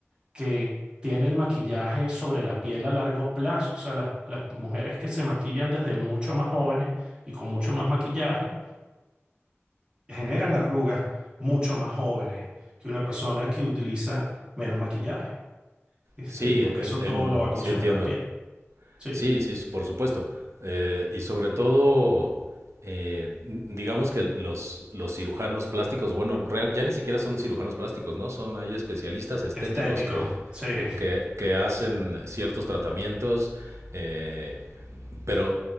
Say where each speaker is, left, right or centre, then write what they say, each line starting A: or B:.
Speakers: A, on the right; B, on the right.
A: que tiene el maquillaje sobre la piel a largo plazo, o sea, las, las mujeres que se maquillan desde mucho más jóvenes y con mucho más maquillaje generan arrugas mucho más jóvenes que una persona que utiliza menos maquillaje, este,
B: sí,
A: porque
B: en-
A: eso
B: en-
A: todo lo va consumiendo
B: sí entiendo.
A: la piel. Sí,
B: Sí, sí, por supuesto. Eh, y sobre todo, eh, n- digamos que los, los cirujanos plásticos, bueno, real- ya ni siquiera son cirujanos plásticos, ¿no? Son ahí especialistas estéticos
A: estético,
B: que,
A: sí,
B: que, que hacen ciertos tratamientos. eh, Pero